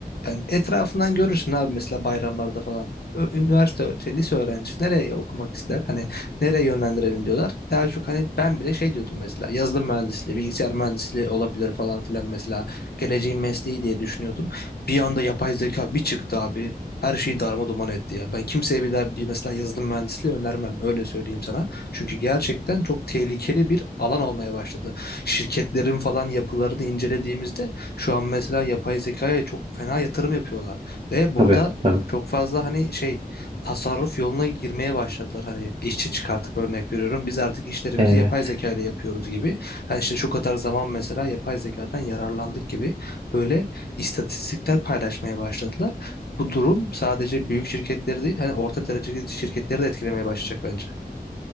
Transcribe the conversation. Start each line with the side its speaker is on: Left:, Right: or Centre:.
Left: yani etrafından görürsün abi mesela bayramlarda falan. Ö- Üniversite şey, lise öğrencisi nereye okumak ister? Hani nereye yönlendirelim diyorlar. Daha çok hani ben bile şey diyordum mesela yazılım mühendisliği, bilgisayar mühendisliği olabilir falan filan mesela geleceğin mesleği diye düşünüyordum. Bir anda yapay zeka bir çıktı abi. Her şeyi darma duman etti ya. Ben kimseye bir daha bir mesela yazılım mühendisliği önermem. Öyle söyleyeyim sana. Çünkü gerçekten çok tehlikeli bir alan olmaya başladı. Şirketlerin falan yapılarını incelediğimizde şu an mesela yapay zekaya çok fena yatırım yapıyorlar. Ve burada
Right: Tabii tabii.
Left: çok fazla hani şey tasarruf yoluna girmeye başladılar. Hani işçi çıkartıp örnek veriyorum. Biz artık işlerimizi
Right: Evet.
Left: yapay zeka ile yapıyoruz gibi. Hani işte şu kadar zaman mesela yapay zekadan yararlandık gibi böyle istatistikler paylaşmaya başladılar. Bu durum sadece büyük şirketleri değil, hani orta dereceli şirketleri de etkilemeye başlayacak bence.